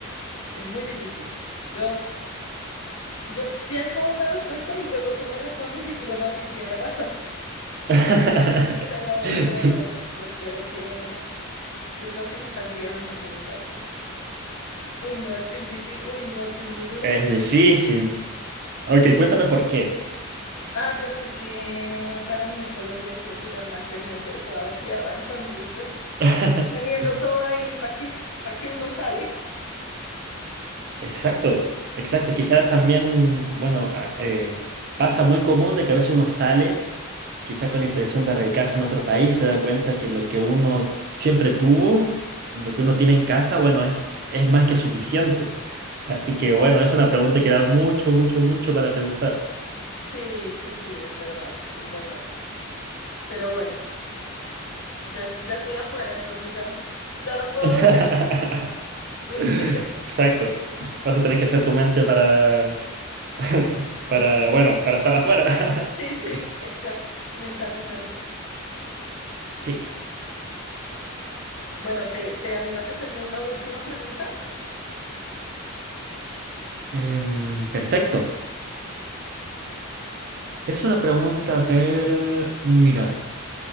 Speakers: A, on the left; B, on the right.
A: es muy difícil. Yo, yo pienso una respuesta y luego tú me respondes y digo, no, sí, tienes razón. <laughs>
B: <laughs>
A: Pero, pero no, yo, yo creo que, yo creo que no saldría jamás de mi país. Uy, no, es que es difícil, uy, no, es que es muy duro.
B: Es difícil. Ok, cuéntame por qué.
A: Ay, porque es que para mí Colombia es el lugar más hermoso de toda la tierra, entonces pues
B: <laughs>
A: poniendo todo ahí, ¿para qué, para qué <laughs> uno sale?
B: Exacto, exacto. Quizás también, bueno, a- eh, pasa muy común de que a veces uno sale, quizás con la intención de radicarse en otro país, se da cuenta que lo que uno siempre tuvo, lo que uno tiene en casa, bueno, es, es más que suficiente. Así
A: Sí.
B: que bueno, es una pregunta que da mucho, mucho, mucho para pensar.
A: Sí, sí, sí, es verdad, es verdad. Pero bueno, ya, es- ya estoy afuera, entonces ya no, <laughs> ya no puedo
B: <laughs>
A: volver. <laughs> Mentira.
B: Exacto. Vas a tener que hacer tu mente para, <laughs> para,
A: Uf.
B: bueno, para estar afuera.
A: Sí, sí,
B: <laughs>
A: exacto, mentalizarme.
B: Sí.
A: Bueno, ¿te, te animas a hacerme una última pregunta?
B: Em, perfecto. Es una pregunta, a ver, mira,